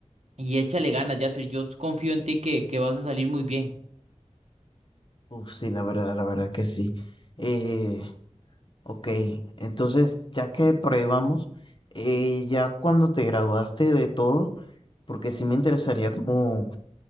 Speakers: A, on the right; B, on the left.
A: y échale ganas, Yasser. Yo confío en ti que, que vas a salir muy bien.
B: Uf, sí, la verdad, la verdad que sí. Eh, ok, entonces ya que por ahí vamos, eh, ya cuando te graduaste de todo, porque sí me interesaría como,